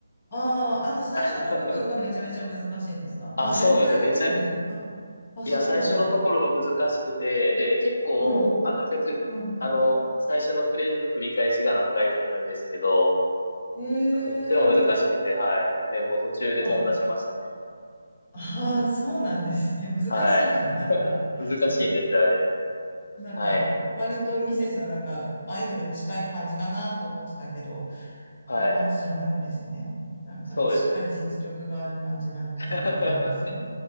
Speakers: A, on the left; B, on the left.
A: ああ、あの、最初の部分がめちゃめちゃ難しいんですかもう全体的に難しい。
B: <laughs> ああ、そうなんですよ。めちゃ、
A: あ、あ、そうなんですか。
B: いや、最初のところが難しくて、で、結構、
A: うん、
B: あの曲、
A: うん。
B: あの、最初のフレーズの繰り返しが何回かあるんですけど、
A: ええ
B: とっても難しくて、はい。で、もう途中で頓挫しましたね。
A: あ、ああ、そうなんですね。難しいんだ。
B: はい。<laughs>
A: なんか。
B: 難しいんですよ、
A: あ
B: あれ。
A: なんか、
B: はい。
A: 割とミセスはなんか、アイドルに近い感じかなと思ってたけど、
B: はい。
A: そういう感じじゃないんですね。なんか、
B: そうですね。
A: しっかり実力がある感じなんていうことなんですね。
B: <laughs>